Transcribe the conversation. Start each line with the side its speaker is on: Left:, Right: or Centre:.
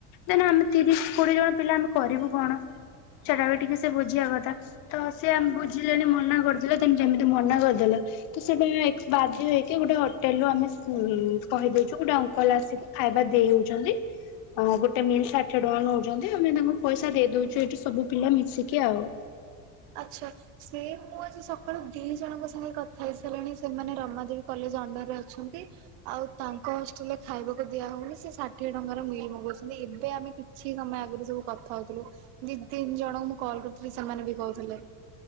Left: ଦେନ ଆମେ ତିରିଶ କୋଡିଏ ଜଣ ପିଲା ଆମେ କରିବୁ କଣ? ସେଟା ବି ଟିକେ ସେ ବୁଝିବା କଥା। ତ ସେ ଆମ ବୁଝିଲେଣି ମନା କରିଦେଲେ, ଦେନ୍ ଯେମିତି ମନା କରିଦେଲେ ତ ସେଇଟା ଏକ୍ ବାଧ୍ୟ ହେଇକି, ଗୋଟେ ହୋଟେଲ ରୁ ଆମେ ଉ କହିଦେଇଛୁ ଗୋଟେ ଅଙ୍କଲ ଆସିକି ଖାଇବା ଦେଇ ହଉଛନ୍ତି। ହଁ ଗୋଟେ ମିଲ୍ ଷାଠିଏ ଟଙ୍କା ନଉଚନ୍ତି। ଆମେ ତାଙ୍କୁ ପଇସା ଦେଇ ଦଉଛୁ ଏଇଠି ସବୁ ପିଲା ମିଶିକି ଆଉ।
Right: ଆଚ୍ଛା। ସେ ମୁଁ ଆଜି ସକାଳୁ ଦି ଜଣଙ୍କ ସାଙ୍ଗେ କଥା ହେଇ ସାରିଲିଣି ସେମାନେ ରମାଦେବୀ କଲେଜ ଅଣ୍ଡରରେ ଅଛନ୍ତି। ଆଉ ତାଙ୍କ ହଷ୍ଟେଲ ରେ ଖାଇବାକୁ ଦିଆ ହଉନି ସେ ଟିଏ ଟଙ୍କାର ମିଲ ମଗଉଛନ୍ତି। ଏବେ ଆମେ କିଛି ସମୟ ଆଗରେ ସବୁ କଥା ହଉଥିଲୁ ଦି ତିନି ଜଣଙ୍କୁ ମୁଁ କଲ୍ କରିଥିଲି ସେମାନେ ବି କହୁଥିଲେ।